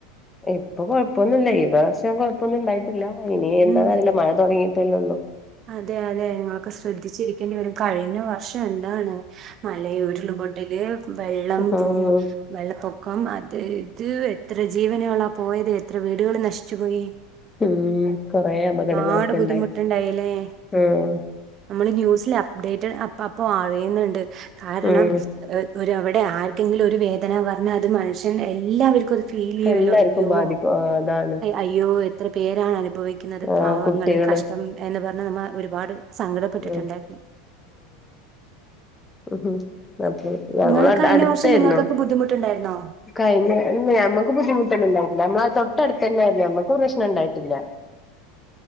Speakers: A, on the left (about 15°); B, on the right (about 40°).
A: ഇപ്പൊ കൊഴപ്പമൊന്നും ഈ വർഷം കൊഴപ്പൊന്നും ഉണ്ടായിട്ടില്ല ഇനി എന്താന്നറിയില്ല
B: ഉം
A: മഴ തുടങ്ങിട്ട് ല്ലള്ളു.
B: അതെ അതെ നിങ്ങൾക്കെ ശ്രദ്ധിച്ചിരിക്കേണ്ടി വരും കഴിഞ്ഞ വർഷം എന്താണ് മല ഉരുൾപൊട്ടില് വെള്ളം
A: ഉം
B: വെള്ളപ്പൊക്കം അത് ഇത് എത്ര ജീവനുകളാ പോയത് എത്ര വീടുകൾ നശിച്ചു പോയി.
A: ഉം കൊറെ അപകടങ്ങളൊക്കെ
B: ഒരുപാട് ബുദ്ധിമുട്ടുണ്ടായില്ലേ
A: ഉണ്ടായി. ഉം
B: നമ്മള് ന്യൂസില അപ്ഡേറ്റ് അപ്പാപ്പൊ അറിയുന്നുണ്ട് കാരണം
A: ഉം
B: ഒരു അവിടെ ക്കെങ്കില ഒരു വേദന പറഞ്ഞാൽ അത് മനുഷ്യൻ എല്ലാവർക്കും ഫീ ചെയ
A: എല്ലാർക്കും
B: ല്യോ
A: ബാധിക്കും ആ, അതാണ്
B: അയ്യോ എത്ര പേർ ണ് അനുഭവിക്കുന്നത്
A: ആഹ്
B: പാവങ്ങള്
A: കുട്ടികള്
B: കഷ്ടം പറ നമ്മ ഒരുപാട് സങ്കടപ്പെട്ടിട്ടുണ്ടായിരുന്നു
A: ഉം ഉ അപ്പൊ
B: നിങ്ങള്
A: ഞങ്ങ
B: കഴിഞ്ഞ
A: അടുത്തായിരുന്നു
B: വർഷം നിങ്ങൾക്കൊക്കെ ബുദ്ധിമുട്ടുണ്ടായിരുന്നോ?
A: കഴിഞ്ഞല്ല ഞമ്മുക്ക് ബുദ്ധിമുട്ടണ്ടണ്ടാവ നമ്മള തൊട്ട അടുത്ത് തന്നെ ആയില്ലേ നമ്മക്ക് പ്രശ്നം ഉണ്ടായിട്ടില്ല